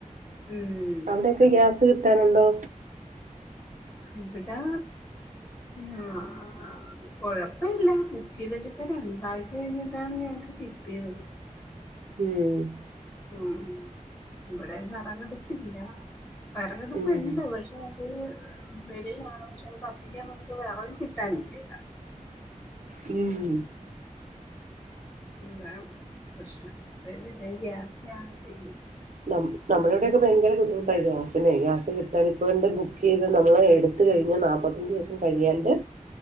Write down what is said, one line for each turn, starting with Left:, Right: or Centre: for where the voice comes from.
Left: ഉം
Right: അവിടെയൊക്കെ
Left: അതെ
Right: ഗ്യാസ് കിട്ടാനുണ്ടോ
Left: ഇവിടാ ആഹ് ആഹ് കൊഴപ്പില്ല ബുക്ക് ചെയ്തിട്ട് ഇപ്പ രണ്ടാഴ്ച കഴിഞ്ഞിട്ടാണ് ഞങ്ങക്ക് കിട്ടിയത്
Right: മ്മ്
Left: മ്മ്ഹ് ഇവിടെ വിറകടുപ്പില്ല വിറകടുപ്പ്
Right: ഉം
Left: ഇണ്ട് പക്ഷെ അത് വെളിയിലാണ് പക്ഷെ നമുക്ക് കത്തിക്കാൻ നമുക്ക് വെറക് കിട്ടാനില്ല ഇവിടെ
Right: മ്മ്ഹ
Left: എന്താ പ്രശ്നം അതായത് ഞാൻ ഗ്യാസിലാണ് ചെയ്യു
Right: നമ് നമ്മുടെ ഇവിടെക്കെ ഭയങ്കര ബുദ്ധിമുട്ടായി ഗ്യാസിനെ ഗ്യാസ് കിട്ടാൻ ഇപ്പണ്ട് ബുക്ക് ചെയ്ത് നമ്മള് എടു എടുത്ത് കഴിഞ്ഞ് നാല്പ്പത്തഞ്ച് ദിവസം കഴിയാണ്ട്